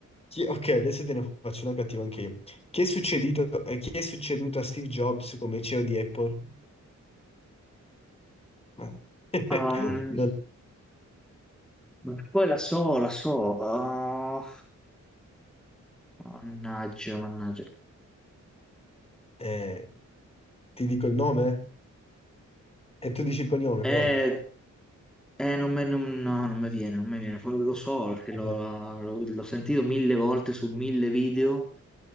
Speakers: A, on the left; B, in the centre.
A: Chi- ok, adesso te ne faccio una cattiva anche io. Chi è succedito, eh, chi è succeduto a Steve Jobs come CEO di Apple? Ma- <laughs>
B: Ehm,
A: non-
B: ma poi la so, la so. Ah, mannaggia, mannaggia.
A: eh, ti dico il nome? E tu dici il cognome, provi.
B: Eh, eh, non me- non- no, non mi viene, non mi viene. Poi lo so, perché
A: Vabbè.
B: l'ho l'ho- l'ho sentito mille volte su mille video.